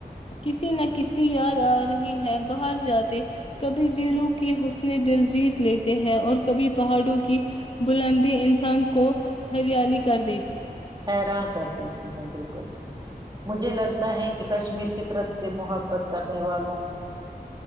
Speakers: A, on the left; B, on the right.
A: کسی نہ کسی یاد آ رہی ہے باہر جاتے کبھی جیلوں کے حسنی دل جیت لیتے ہے اور کبھی پہاڑوں کی بلندی انسان کو ہریالی کر دی تھی
B: یر کر دیتی ہ بالکل مجھے لگتا ہے کہ کشمیر فطرت سے محبت کرنے والوں